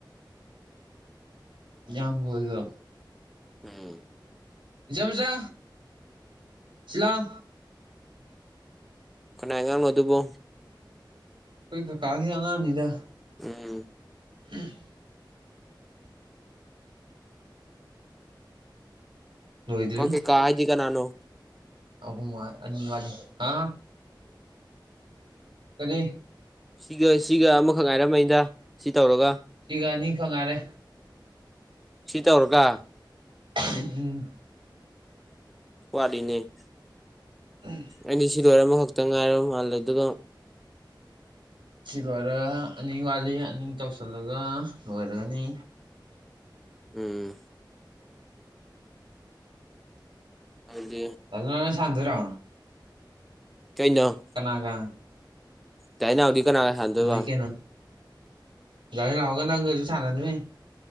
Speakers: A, on the right; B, in the centre.
A: ꯏꯌꯥꯝꯕ ꯍꯣꯏꯒ
B: ꯎꯝ
A: ꯏꯖꯝꯖꯥ ꯁꯤꯂꯥꯎ
B: ꯀꯅꯥꯏ ꯑꯉꯥꯡꯅꯣ ꯑꯗꯨꯕꯣ
A: ꯑꯩꯈꯣꯏ ꯀꯥꯀꯥꯒꯤ ꯑꯉꯥꯡꯅꯤꯗ
B: ꯎꯝ
A: ꯎꯝ ꯂꯣꯏꯗ꯭ꯔꯤ
B: ꯅꯣꯏ ꯀꯥꯀꯥ ꯍꯥꯏꯗꯤ ꯀꯅꯥꯅꯣ
A: ꯑꯍꯨꯝ ꯋꯥꯠ ꯑꯅꯤꯋꯥꯠ ꯍꯥ ꯀꯔꯤ
B: ꯁꯤꯒ ꯁꯤꯒ ꯑꯃꯈꯛ ꯉꯥꯏꯔꯝꯃꯅꯤꯗ ꯁꯤ ꯇꯧꯔꯒ
A: ꯁꯤꯒ ꯑꯅꯤ ꯈꯛ ꯉꯥꯏꯔꯦ
B: ꯁꯤ ꯇꯧꯔꯒ
A: ꯎꯝ
B: ꯋꯥꯠꯂꯤꯅꯦ
A: ꯎꯝ
B: ꯑꯅꯤ ꯁꯤꯗꯣꯏꯔ ꯑꯃꯈꯛꯇ ꯉꯥꯏꯔ ꯃꯥꯜꯂꯦ ꯑꯗꯨꯒ
A: ꯁꯤ ꯂꯣꯏꯔꯒ ꯑꯅꯤ ꯋꯥꯠꯂꯤ ꯑꯅꯤ ꯇꯧꯁꯜꯂꯒ ꯂꯣꯏꯔꯒꯅꯤ
B: ꯎꯝ ꯑꯗꯨꯗꯤ
A: ꯑꯗꯨꯅꯅ ꯁꯥꯟꯗꯣꯏꯔ
B: ꯀꯩꯅꯣ
A: ꯀꯅꯥ ꯀ
B: ꯗꯥꯏꯅꯥꯎꯗꯤ ꯀꯅꯥꯒ ꯁꯥꯟꯅꯗꯣꯏꯕ
A: ꯂꯩ ꯀꯦꯅ ꯒꯥꯔꯤ ꯂꯥꯎꯒ ꯅꯪꯒꯁꯤꯁꯨ ꯁꯥꯟꯅꯗꯔ꯭ꯤ